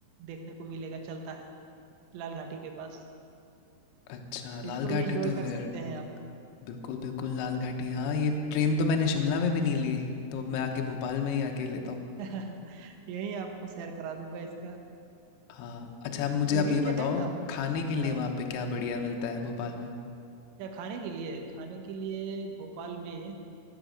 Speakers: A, on the right (about 75°); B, on the left (about 70°).
A: देखने को मिलेगा चलता है लाल घाटी के पास
B: अच्छा
A: तो
B: लाल
A: इसको भी
B: घाटी
A: एंजॉय
B: तो
A: कर
B: फिर
A: सकते हैं आप
B: बिल्कुल बिल्कुल लाल घाटी हाँ ये ट्रेन तो मैंने शिमला में भी नहीं ली तो मैं आके भोपाल में ही आके लेता हूँ
A: <laughs> यही आपको सैर करा दूंगा इसका
B: हाँ अच्छा अब मुझे
A: लेकिन
B: आप ये
A: क्या
B: बताओ
A: है ना आप
B: खाने के लिए
A: हाँ
B: वहाँ पे क्या बढ़िया मिलता है भोपाल में
A: क्या खाने के लिए खाने के लिए भोपाल में